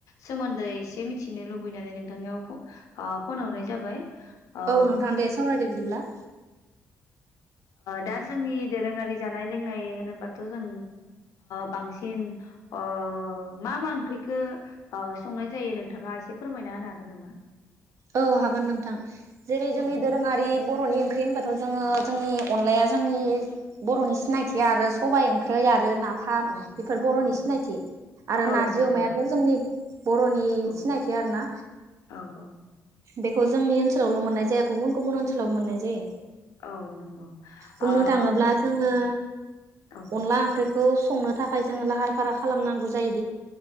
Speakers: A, on the left; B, on the right.
A: सोमोन्दै एसे मिथिनो लुबैनानै नोंथांनियाव फ ओ फन हरनाय जाबाय। ओ
B: औ नोंथां दे सावरायदो बिदिब्ला
A: दा जोंनि दोरोङारि जानाय लोंनाय होनोबाथ' जों बांसिन अ मा -मा ओंख्रिखौ ओ संनाय जायो नोंथाङा एसे फोरमायना होनो हागोन नामा
B: औ हागोन नोंथां जेरै जोंनि
A: औ
B: दोरोङारि बर'नि ओंख्रि होनबाथ' जोङो जोंनि अनलाया जोंनि बर'नि सिनायथि आरो सबाइ ओंख्रि आरो नाफाम
A: औ
B: बेफोर बर'नि
A: औ
B: सिनायथि आरो
A: औ
B: नारजि
A: नंगौ
B: अमायाथ जोंनि बर'नि
A: औ
B: सिनायथि आरो ना?
A: औ औ
B: बेखौ जोंनि ओनसोलावल' मोन्नाय जाया गुबुन -गुबुन ओनसोलाव मोननाय जायो
A: औ नंगौ
B: बुंनो
A: ओ
B: थाङोब्ला जोङो
A: औ
B: अनला ओंख्रै खौ संनो थाखाय जोङो लाहार फाहार खालामनांगौ जायो